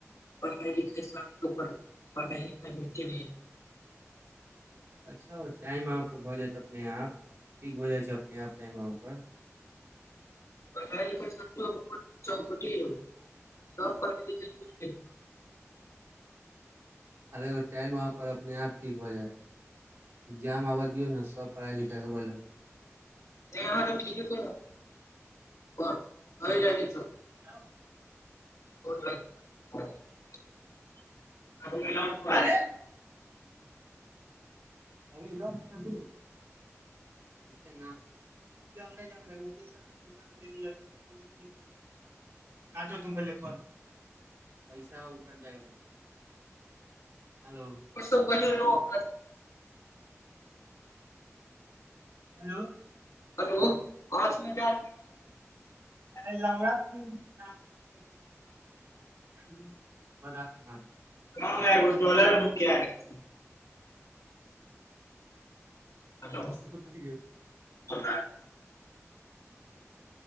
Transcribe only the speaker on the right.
अच्छा टाइम आबय पर भऽ जायत अपने आप ठीक भऽ जाइ छै अपने आप टाइम आबय पर
अरे ओ टाइम आबअ पर अपने आप ठीक भऽ जायत एग्जाम आबऽ दियौ ने सब पढ़ाइ लिखाइ होबऽ लागत
<unintelligible>
अरे <unintelligible> <unintelligible> <unintelligible> <unintelligible>
हेलो
<unintelligible>
आओर सब कहियौ